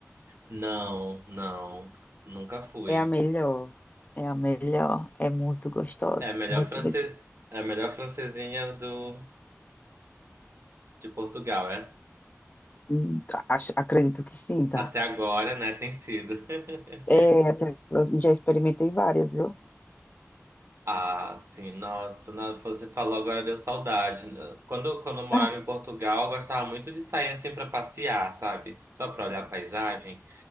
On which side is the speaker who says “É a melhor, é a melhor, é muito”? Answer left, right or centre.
Left